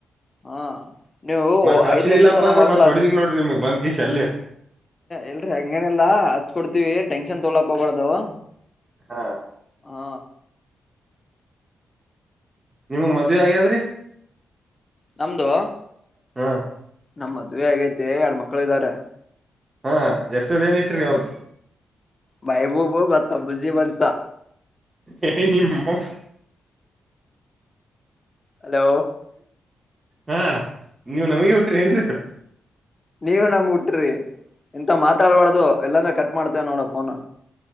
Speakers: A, on the left (about 35°); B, on the right (about 30°).
A: ಹಾ ನೀವು
B: ಮತ್ ಹಚ್ಲಿಲ್ಲಪ್ಪ
A: ಐದ್ ಗಂಟೆ ತನ
B: ಅಂದ್ರೆ
A: ಮಾಡ್ಸ್ಲ
B: ಮತ್ ಹೊಡಿದೀನಿ ನೋಡ್ರಿ ನಿಮಗ್ ಬಂದ್ ಕಿಸಿ ಅಲ್ಲೇ
A: ಎಲ್ರಿ ಹಂಗೇನಿಲ್ಲಾ ಹಚ್ಕೊಡ್ತಿವಿ ಟೆನ್ಶನ್ ತೊಳಕ್ ಹೋಗ್ಬಾರ್ದ. ಅಲೋ.
B: ಹಾ
A: ಹಾ
B: ನಿಮ್ಮಗ ಮದ್ವಿ ಆಗ್ಯಾದ್ರಿ.
A: ನಮ್ದು
B: ಹ್ಮ್
A: ನಮ್ಮ್ ಮದ್ವಿ ಆಗೈತಿ ಎರಡ್ ಮಕ್ಕಳು ಇದಾರೆ.
B: ಹಾ ಹೆಸರ ಏನ ಇಟ್ರಿ ಅವ್ರ್ದು.
A: ಮೆಹಬುಬ ಮತ್ತ ಮುಜಿಬ ಅಂತ.
B: ಏ ನಿಮ್ಮ
A: ಹಲೋ
B: ಹಾ ನೀವು ನಮಗ ಹುಟ್ಟಿರಿ ಏನ್ರಿ.
A: ನೀವ ನಮ್ಮಗ ಉಟ್ರಿ ಇಂತವ ಮಾತಾಡ್ಬಾರ್ದು ಇಲ್ಲಾ ಅಂದ್ರ ಕಟ್ ಮಾಡ್ತ. ತ ನೋಡು ಫೋನು.